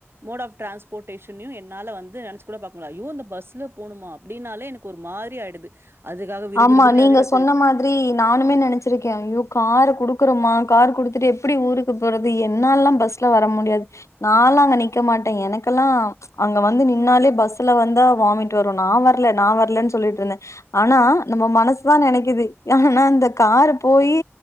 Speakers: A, on the right; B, on the left.
A: மோட் ஆஃப் டிரான்ஸ்போட்டேஷனயு என்னால வந்து நெனச்சி கூட பாக்க முல்ல அய்யோ இந்த பஸ்ல போணுமா அப்டின்னாலே எனக் கு ஒரு மாதிரி ஆயிடுது அதுக்காக விறு
B: ஆமா
A: விறு விறுனு
B: நீங்க
A: எல்லாதையு <unintelligible>
B: <unintelligible> நானுமே நெனச்சிருக்கே ஐயோ கார குடுக்றோமா கார் குடுத்துட்டு எப்புடி ஊருக்கு போறது என்லாலலா பஸ் ல வர முடியாது நால்லா அங்க நிக்க மாட்டே எனக்குலா அங்க வந்து நின்னாலே பஸ்ல வந்தா வாமிட் வரும நா வர்ல நா வர்லன்னு சொல்லிட்ருந்தே ஆனா நம்ப மனசுதா நெனைக்குது ஆனா இந்த காரு போயி